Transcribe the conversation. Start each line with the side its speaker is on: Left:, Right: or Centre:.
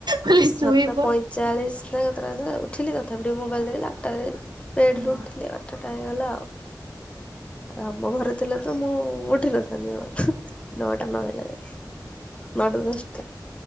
Right: କହିଲି ଶୋଇପଡ।
Left: ସାତଟା ପଇଁଚାଳିସି ନା କେତେଟା ଉଠିଲି ତଥାପି ଟିକେ ମୋବାଇଲ ଦେଖିଲି ଆଟାରେ ବେଡ୍
Right: ହୁଁ
Left: ରୁ ଉଠିଲି ଆଠଟା ହେଇଗଲା ଆଉ। ଆଉ ଆମ ଘରେ ଥିଲେ ତ ମୁଁ ଉଠିନଥାନ୍ତି ନଅଟା ନ ହେଲା ଜାଙ୍କେ। ନଅଟା ଦଷ୍ଟା।